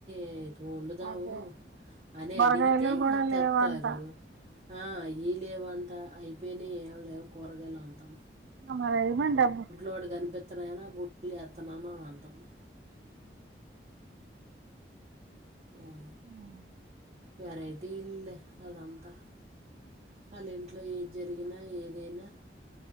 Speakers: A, on the right; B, on the right.
A: అంటే వోడుంతాము
B: అదే
A: అని
B: కూరగాయలు
A: అడిగితే
B: కూడా
A: తెత్తారు
B: లేవంట
A: ఆ అయ్యే లేవంట అంట అయిపోయినా ఏవ లేవు కూరగాయలు అంటా
B: అ మరై గాని డబ్బే
A: వాడు కనిపిస్తున్నా అయినా ఆ గుడ్లు ఎత్తాన్నాను అని అంటుంది ఆ <inaudible>
B: ఆఓ
A: వెరైటీ ఇల్ అదంతా వాళ్ళ ఇంట్లో ఏది జరిగినా ఏదైనా